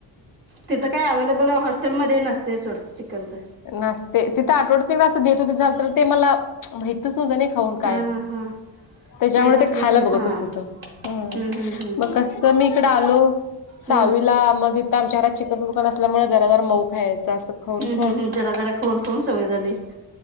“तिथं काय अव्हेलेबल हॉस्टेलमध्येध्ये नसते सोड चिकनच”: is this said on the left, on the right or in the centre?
Right